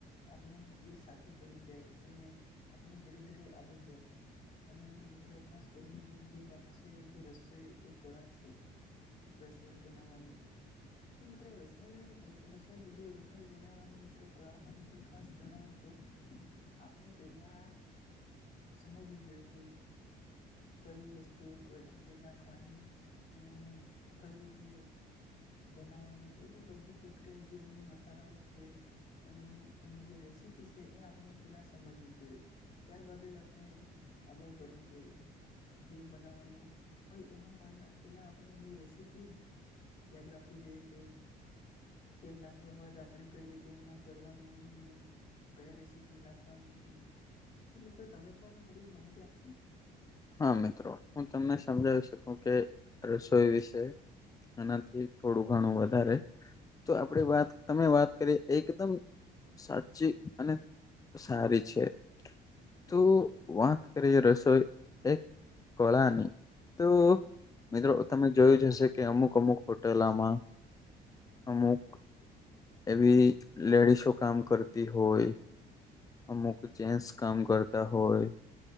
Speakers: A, on the left; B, on the left.
A: આપણે એ સાચું પડી જાય અને આપણે ધીરે ધીરે આવડી જાય અને મિત્ર ખાસ કરીને જે વાત છે, કે રસોઈ એ કળા છે. રસોય બનાવાની તો મિત્રો રસો રસોઈ જે રસોઈ બનાવવાની મિત્રો કળમાં મ ખાસ જણાવું તો આપણે પેલા સમજવું જોઈએ કે કઈ વસ્ત સ્તુ ક કેટલી લખવાની અને કઈ રીતે બનાવવાનું એવી બધી પ્રક્રિયા જે એને મસાલાઓ છે. અને એની જે રેસીપી છે, એ આપણે પેલા સમજવી જોઈએ. ત્યારબદ જ આપણે આગળ કરવું જોઇએ જે બનાવવાનું હોય એમાં પણ પેલા આપણે એની રેસીપી યાદ રાખવી જોઈએ કે તેલ લખ્યા બાદ આપણે કઈ રીતે એમાં કરવાનું ને કયા રેસીપી લખવાનું તો મિત્રો તમે પણ થોડી માહિતી આપશો
B: હા મિત્રો હું તમને સમજાવી શકું કે રસોઈ વિશે એનાથી થોડું ઘણું વધારે તો આપણે વાત તમે વાત કરીએ એકદમ સાચી અને સારી છે. તો વાત કરીએ રસોઈ એક કોળાની તો મિત્રો તમે જોયું જ હશે કે અમુક અમુક હોટેલમાં અમુક એવી લેડીસો કામ કરતી હોય. અમુક જે્સ કામ કરતા હોય